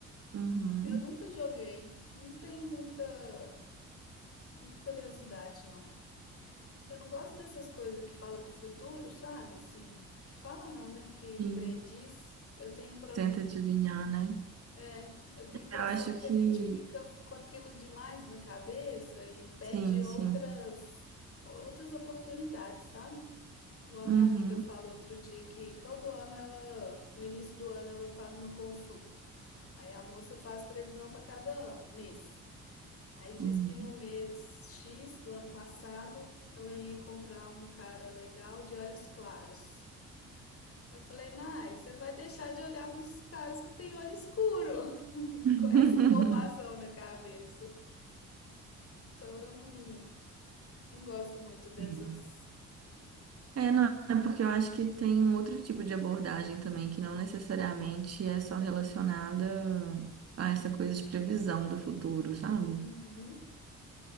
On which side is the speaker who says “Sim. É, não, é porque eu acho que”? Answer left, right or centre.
Right